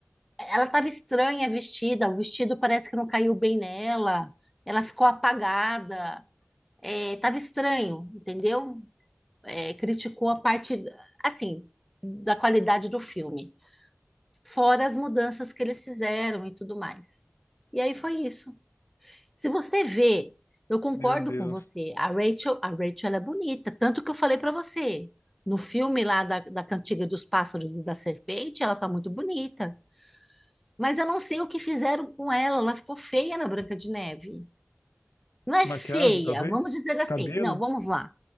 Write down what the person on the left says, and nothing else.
Meu Deus.
Maquiagem,
talvez?
Cabelo?